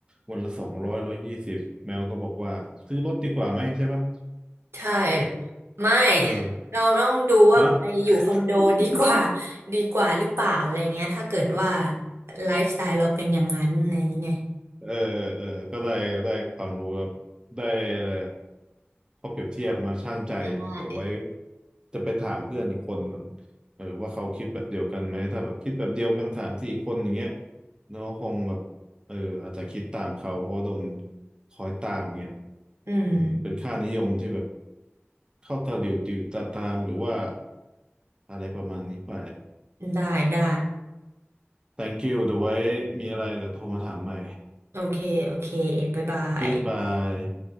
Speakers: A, on the right; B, on the right.
A: วันละสองร้อยร้อยยี่สิบแมวก็บอกว่าซื้อรถดีกว่าไหมใช่ปะ
B: ใช่ไม่
A: เออ
B: เราต้องดูว่าไปอยู่คอนโดดีกว่า
A: ฮะ <laughs>
B: <laughs> ดีกว่าหรือเปล่าอะไรเงี้ยถ้าเกิดว่าไลฟ์สไตล์เราเป็นอย่างนั้นอะไรอย่างเงี้ย
A: เออเออก็ได้ได้ความรู้แบบได้อะไรอะข้อเปรียบเทียบมาชั่งใจเดี๋ยวไว้
B: ได้
A: จะไปถามเพื่อนอีกคนก่อนเออว่าเขาคิดแบบเดียวกันไหมถ้าแบบคิดแบบเดียวกันสามสี่คนอย่างเงี้ยเนาะคงแบบเอออาจจะคิดตามเขาเพราะโดนคอยตามเงี้ย
B: อืม
A: อืมเป็นค่านิยมที่แบบเข้าตาหลิวติวตาตามหรือว่าอะไรประมาณนี้ไป
B: ได้ได้
A: Thank you เดี๋ยวไว้มีอะไรเดี๋ยวโทรมาถามใหม่
B: โอเคโอเคบ๊ายบาย
A: Goodbye